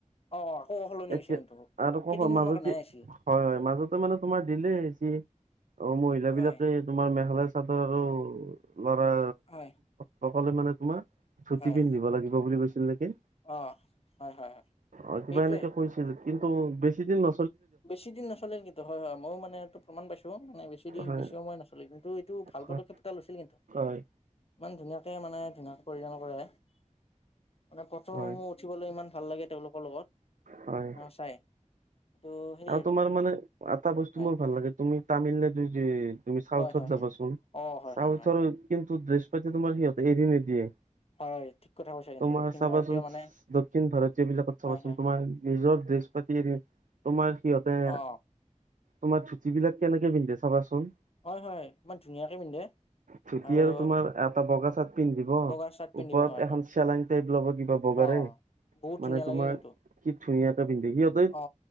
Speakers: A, on the left; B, on the right.
A: অ' সলনি
B: এতিয়া
A: হৈছে কিন্তু
B: আৰুকৌ
A: কেইদিনমানৰ
B: মাজতে
A: কাৰণেহে হৈছিল
B: হয় হয় মাজতে মানে তোমাৰ দিলেই যি। অ 'মহিল
A: হয়
B: বিলাকে তোমাৰ মেঘালয় চাদৰ আৰু লৰা
A: হয়
B: সকলে মানে তোমাৰ চুতি
A: হয়
B: পিন্ধিব লাগিব বুলি কৈছিল নেকি।
A: অ হয় হয় হয়
B: অ 'কিবা
A: সেইটোৱে
B: এনেকে কৈছিল কিন্তু বেছি দিন ন
A: বেছি দিন নচলিল কিন্তু হয় হয় ময়ো মানে এইটো প্ৰমণ পাইছো মানে বেছি দি
B: হয়
A: বেছি সময় নচল কিন্তু এইটো ভাল। ভাল
B: হয়
A: পদক্ষেপ এা লৈছিল কিন্তু
B: হয়।
A: ইমান ধুনীয়াকে মানে ধুনীয়াকৈ পৰিধান কৰে মানে পথৰসমূহ
B: হয়
A: উঠিবলৈ ইমান ভাল লাগে। তেওঁলোকৰ লগত
B: হয়।
A: চাই। এইটো সেই
B: আৰু তোমাৰ মানে এটা বস্তু
A: হয়
B: মোৰ ভাল লাগে তুমি তামিলনাডু যে তুমি চাউথত
A: হয় হয়
B: যাবাচোন
A: হয় অ হয়
B: চাউথৰ
A: হয় হয়
B: কিন্তু ড্ৰেছ পাতি তোমাৰ সিহঁতে এৰি নিদিয়ে।
A: হয় ঠিক কথা কৈছা কিন্তু
B: তোমাৰ
A: দক্ষিণ
B: চাবাচোন
A: ভাৰতীয় মানে
B: দক্ষিণ ভাৰতীয় বিলাকত চাবাচোন
A: হয় হয়
B: তোমাৰ নিজৰ। বৃহস্পতি, তোমাৰ কিতে
A: অ
B: তোমাৰ ধুতি বিলাক কেনেকে পিন্ধে চাবাচোন।
A: হয়। হয়। ইমান ধুনীয়াকৈ পিন্ধে।
B: ধুতি
A: আৰু
B: তোমাৰ এটা বগা চাৰ্ট পিন্ধিব
A: বগা চাৰ্ট পিন্ধিব
B: ওপৰত
A: হয়
B: এখন
A: হয়
B: চেলাইং টাইপ লব কিবা বগাৰে।
A: অ বহুত
B: মানে
A: ধুনীয়া
B: তোমাৰ
A: লাগে কিন্তু!
B: ধুনীয়াকে পিন্ধে। সিহঁতে
A: অ